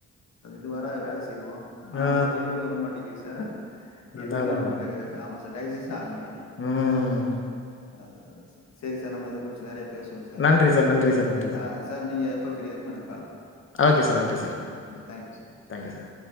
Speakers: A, on the left; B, on the left.
A: து வர வேலஸ் செய்வோ ஆனா
B: ஆ
A: அங்க வேர்வ வர மாட்டிக்குதுஸ் ஆ
B: அதான்,
A: எதுமே
B: அதான்,
A: நமக்கு
B: அதான்.
A: ஆமாஸ் இந்த டைஜிஸ் ஆக மாட்டிக்
B: ம்
A: அதுதா சேரி சே சேரி சார் நம்ம இத குறுச்சு நறையா பேசுவோம் சார்
B: நன்றி நன்றி சார், நன்றி
A: ஆ சார் நீங்க எப்பப் ஃப்ரீயா இருப்ப எனக்
B: ஓகே சார் நன்றி சார் ம்
A: தேங்க்யூ சார்
B: தேங்க்யூ சார்